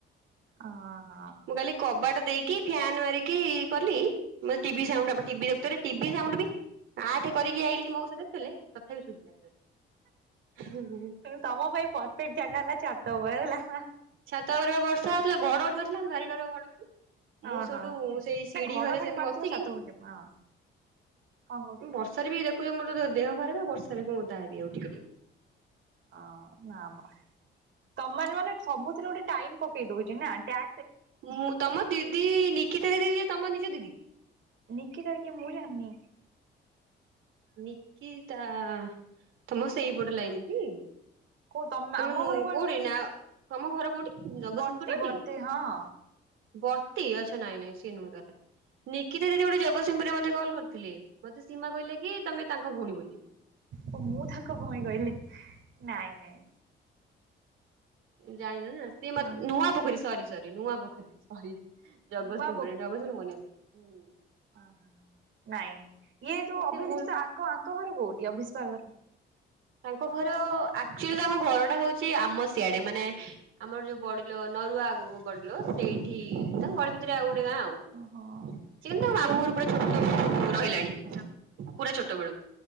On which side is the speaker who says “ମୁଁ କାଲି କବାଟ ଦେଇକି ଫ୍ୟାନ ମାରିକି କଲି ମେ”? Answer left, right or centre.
Right